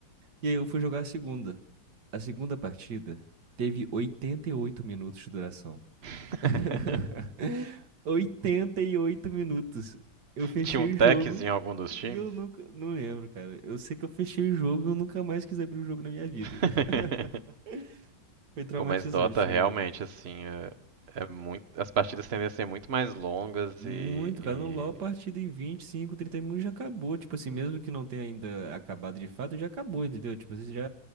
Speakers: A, on the right; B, on the right.
A: E aí eu fui jogar a segunda. A segunda partida teve 88 minutos de duração.
B: <laughs>
A: <laughs> 88 minutos. Eu fechei
B: Tinha um techzinho
A: o jogo
B: em algum dos
A: e
B: times?
A: eu nunca. Não lembro, cara. Eu sei que eu fechei o jogo e eu nunca mais quis abrir o jogo na minha vida.
B: <laughs>
A: <laughs> Foi traumatizante
B: Pô, mas Dota
A: pra
B: realmente,
A: mim.
B: assim, é, é muito, as partidas tendem a ser muito mais longas
A: Muito,
B: e, e-
A: cara. No LoL, a partida em 25, 30 minutos já acabou. Tipo assim, mesmo que não tenha ainda acabado de fato, já acabou, entendeu? Tipo assim, já.